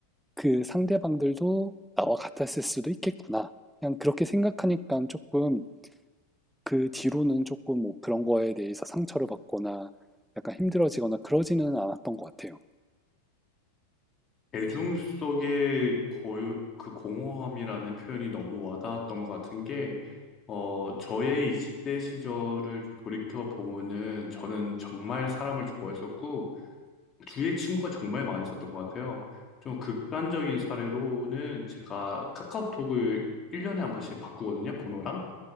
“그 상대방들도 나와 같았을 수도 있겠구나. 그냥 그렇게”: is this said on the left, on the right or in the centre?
Centre